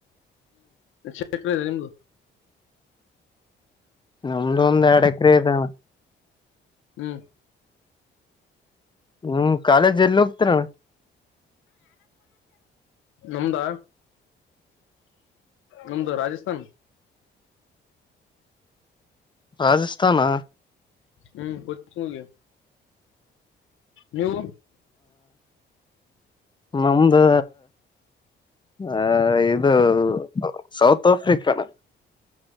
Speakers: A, on the left (about 85°); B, on the left (about 25°).
A: ಚಕರೆ ಇದೆ ನಿಮ್ದು
B: ನಮ್ದು ಒಂದ್ ಎರಡ್ ಎಕರೆ ಇದಾನ
A: ಹ್ಮ್
B: ನಿಮ ಕಾಲೇಜ್ ಎಲ್ಲಿ ಹೋಗ್ತರಣ
A: ನಂಬ್ದ ನಮ್ದು ರಾಜಸ್ಥಾನ
B: ರಾಜಸ್ಥಾನ
A: ಹ್ಮ್ <unintelligible> ನೀವು
B: ನಮ್ದು ಆ ಇದು ಸೌತ್ ಆಫ್ರಿಕಾನ